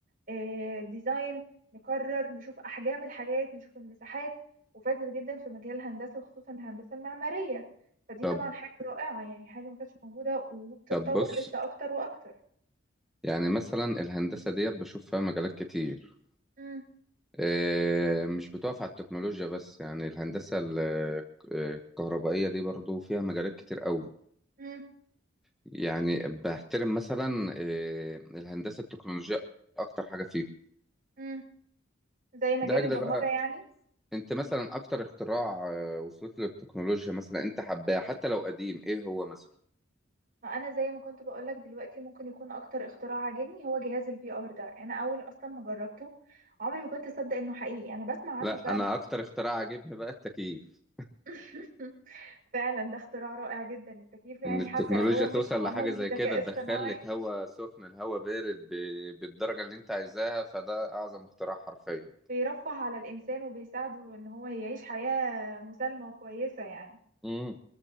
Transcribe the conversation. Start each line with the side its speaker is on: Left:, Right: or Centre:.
Right: آه، ديزاين نقرر نشوف احجام الحاجات نشوف المساحات وفادت جدا في مجال الهندسة وخصوصا الهندسة المعمارية فدي
Centre: طب
Right: طبعا حاجة رائعة يعني حاجة ما كانتش موجودة وبتتطور
Centre: طب بص
Right: لسه اكتر واكتر
Centre: يعني مثلا الهندسة ديت بشوف فيها مجالات كتير
Right: مم.
Centre: آه مش بتقف على التكنولوجيا بس يعني الهندسة ال- آه، الكهربائية دي برضو فيها مجالات كتير قوي
Right: مم.
Centre: يعني بحترم مثلا آه، الهندسه التكنولوجيه اكتر حاجه فيهم
Right: مم. زي مجال
Centre: لاجل
Right: البرمجة
Centre: بقى
Right: يعني
Centre: انت مثلا اكتر اختراع آه، وصلت له التكنولوجيا مثلا انت حباه حتى لو قديم ايه هو مثلا
Right: ما انا زي ما كنت بقولك دلوقتي ممكن يكون اكتر اختراع عاجبني هو جهاز الفي ار ده انا اول اصلا ما جربته عمري ما كنت اصدق انه حقيقي انا بسمع عنه
Centre: لا
Right: فعلا
Centre: انا اكتر اختراع عجبني بقى التكييف
Right: <laughs> فعلا ده اختراع رائع جدا التكييف يعني
Centre: ان التكنولوجيا
Right: حتى لو هو مش
Centre: توصل
Right: معمول
Centre: لحاجه زي
Right: بذكاء
Centre: كده
Right: اصطناعي
Centre: تدخل لك هواء سخن الهواء بارد ب- بالدرجه اللي انت عايزاها فده اعظم اختراع حرفيا
Right: بيرفه على الانسان وبيساعده ان هو يعيش حياة مسالمة وكويسة يعني
Centre: امم